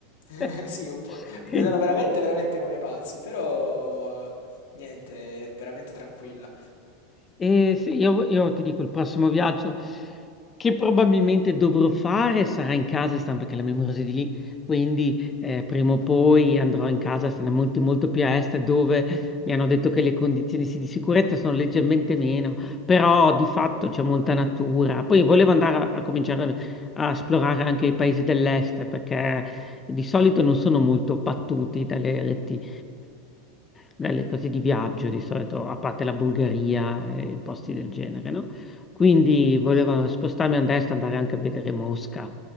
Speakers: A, on the left (about 75°); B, on the left (about 15°).
A: <laughs>
B: <laughs>
A: Sì, un po',
B: Quindi-
A: guidano veramente, veramente come i pazzi, però niente, è veramente tranquilla.
B: E se io, io ti dico, il prossimo viaggio che probabilmente dovrò fare sarà in casa, Stan, perché la mia amorosa è di lì, quindi eh, prima o poi andrò in casa, sarà molto, molto più a est, dove mi hanno detto che le condizioni sì, di sicurezza sono leggermente meno, però di fatto c'è molta natura. Poi volevo andare a, a cominciare a esplorare anche i paesi dell'est, perché di solito non sono molto battuti dalle reti, dalle cose di viaggio di solito, a parte la Bulgaria e posti del genere, no? Quindi volevo spostarmi a destra, andare anche a vedere Mosca.